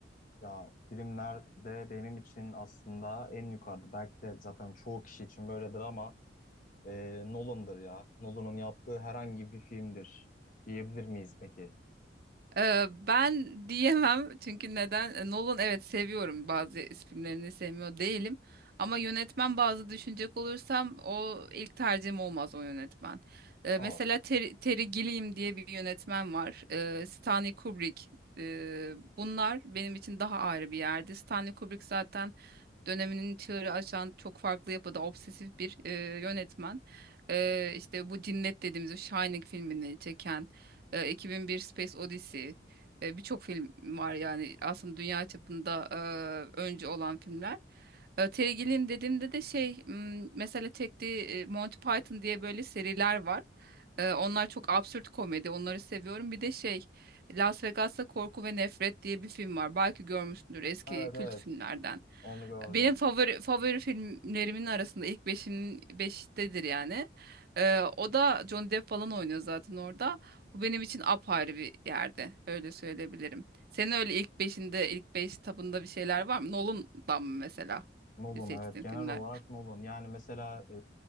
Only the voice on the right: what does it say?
Ee, ben <laughs> diyemem çünkü neden? Ee, Nolan evet seviyorum bazı filmlerini sevmiyor değilim. Ama yönetmen bazı düşünecek olursam o ilk tercihim olmaz o yönetmen. Ee, mesela
Terry, Terry Gilliam diye bir yönetmen var. Ee, Stanley Kubrick. Ee, bunlar benim için daha ayrı bir yerdi. Stanley Kubrick zaten döneminin çığırı açan çok farklı yapıda obsesif bir e, yönetmen. E, işte bu Cinnet dediğimiz o Shining filmini çeken e, 2001 Space Odyssey e, birçok film var yani aslında dünya çapında e, öncü olan filmler. E, Terry Gilliam dediğimde de şey m, mesela çektiği e, Monty Python diye böyle seriler var. E, onlar çok absürt komedi. Onları seviyorum. Bir de şey Las Vegas'ta Korku ve Nefret diye bir film var. Belki görmüşsündür eski
kült
filmlerden.
Benim favori favori filmlerimin arasında ilk beşin beştedir yani. Ee, o da Johnny Depp falan oynuyor zaten orada. Bu benim için apayrı bir yerde. Öyle söyleyebilirim. Senin öyle ilk beşinde, ilk beş tabında bir şeyler var mı? Nolan'dan mı mesela
seçtiğin
filmler?